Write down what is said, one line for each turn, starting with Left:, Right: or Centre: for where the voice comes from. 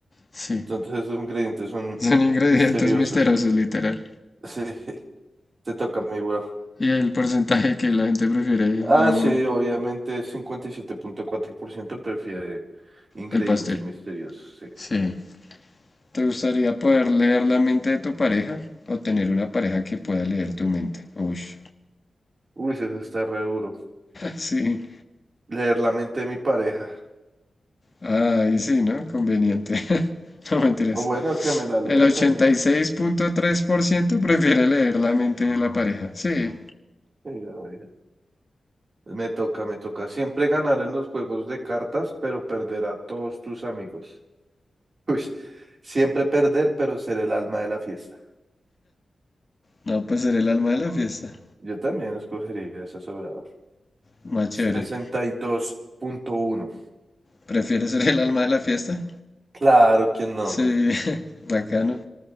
Left: Sí,
Right: Entonces esos ingredientes son
Left: son ingredientes
Right: misteriosos.
Left: misteriosos, literal.
Right: <laughs> Sí. Te toca a mí, bro.
Left: Y el porcentaje que la gente prefiere,
Right: Ah,
Left: no,
Right: sí, obviamente cincuenta y siete punto cuatro por ciento prefiere ingredientes
Left: el pastel.
Right: misteriosos. Sí.
Left: Sí. ¿Te gustaría poder leer la mente de tu pareja o tener una pareja que pueda leer tu mente? Uy, <laughs>
Right: Uy, eso está re duro.
Left: sí,
Right: Leer la mente de mi pareja.
Left: ahí sí, ¿no? Conveniente. <laughs> No mentiras.
Right: O bueno, que me la lea
Left: El ochenta
Right: también.
Left: y seis punto tres por ciento prefiere leer la mente de la pareja. Sí.
Right: Sí, obvio. Me toca, me toca. Siempre ganar en los juegos de cartas, pero perder a todos tus amigos. <laughs> Uy, siempre perder, pero ser el alma de la fiesta.
Left: No, pues ser el alma de la fiesta.
Right: Yo también escogería esa sobrada.
Left: Más
Right: sesenta
Left: chévere.
Right: y dos punto uno
Left: ¿Prefieres ser el alma de la fiesta?
Right: Claro que no.
Left: Sí, <laughs> bacano.